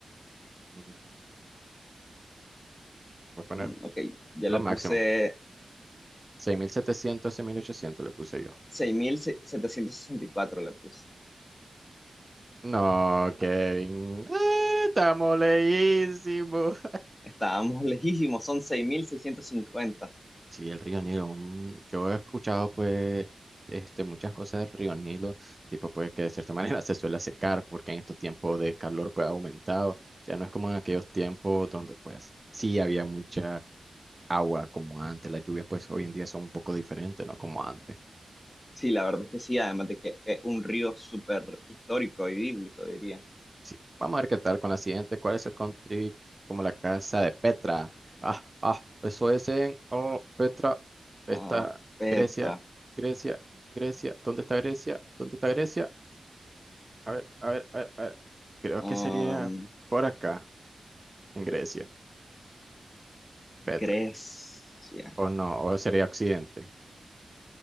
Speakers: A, on the right (about 25°); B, on the left (about 30°).
A: Mm, Voy a poner
B: Mm, ok, ya
A: lo
B: le
A: máximo.
B: puse
A: 6.700, 6.800 le puse yo.
B: 6.764. le puse.
A: No, Kevin. Eh, estamos leísimos.
B: Estábamos <laughs> lejísimos, son 6.650.
A: Sí, el río Nilo. un- Yo he escuchado pues este, muchas cosas del río Nilo, tipo pues que de cierta <laughs> manera se suele secar porque en estos tiempos de calor pues ha aumentado. Ya no es como en aquellos tiempos donde pues sí había mucha agua como antes. Las lluvias pues hoy en día son un poco diferentes, ¿no? Como antes.
B: Sí, la verdad es que sí, además de que es un río súper histórico y bíblico, diría.
A: Sí, vamos a ver qué tal con la siguiente. ¿Cuál es el country como la casa de Petra? Ah, ah, eso es en oh, Petra. Está
B: Ah, Petra,
A: Grecia, Grecia, Grecia. ¿Dónde está Grecia? ¿Dónde está Grecia? A ver, a ver, a ver, a ver. Creo
B: am,
A: que sería por acá, en Grecia, Petra.
B: Grecia.
A: O no, o sería Occidente.